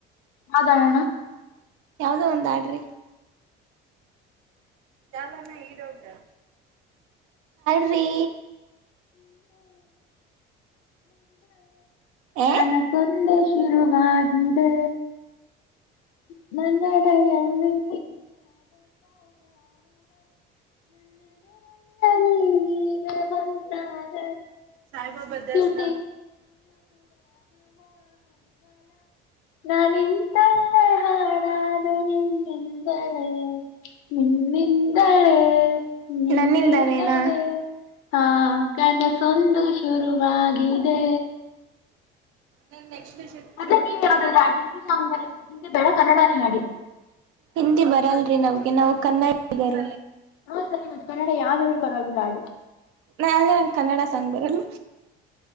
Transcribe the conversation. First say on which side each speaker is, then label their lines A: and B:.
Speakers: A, on the left; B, on the right.
A: ಹದಾಯಣ
B: ಯಾವವುದೋ ಒಂದು ಆಡ್ರಿ ಚಾಲಾನ ಈಡ ಉಂಟ ಹ್ರಿ ಏ
A: ಕನಸೊಂದೆ ಶುರುವಾಗಿದೆ <unintelligible> ನನ್ನೆದುರಲ್ಲ ನೀ ಹೀಗೆ ಮನ್ನಾಗ
B: ಸಾಹಬ ಬ್ದಲ್
A: <unintelligible> ನಾನಿಂತಲೇ ಹಾಳಾದೇ ನಿನ್ನಿಂದನೆೇ ನಿನ್ನದಲೇ ನಿನ್
B: ನನ್ನಿಂದಾನೇನಾ
A: ದಲೇ ಹಾ ಕನ ಸೊಂದು ಶುರುವರುವಾಗಿದೆ
B: ನ ನೆಕ್ಸ್ಟ್ಟಟ್
A: ಮತ್ತೆ ನೀವ ಯಾವ್ದಾವ್ ಹಿಂದಿ ಸಾಂಗ್ ಬ ಹಿಂದಿ ಬೇಡ ಕನ್ನಡನ ಆಡಿ
B: ಹಿಂದಿ ಬರಲ್ರಿ ನಾವ್ಗೆ ನಾವು ಕನ್ನಡಿಗರ
A: ಹ ಸರಿ ಮತ್ತ ಕನ್ನಡ ಯಾವ್ದಾದ್ರೂ ಪರವಾಗಿಲ್ಲ ಅಡಿ
B: ನಾ ಅದೇ ನಂಗ ಕನ್ನಡ ಸಾಂಗ್ ಬರಲ್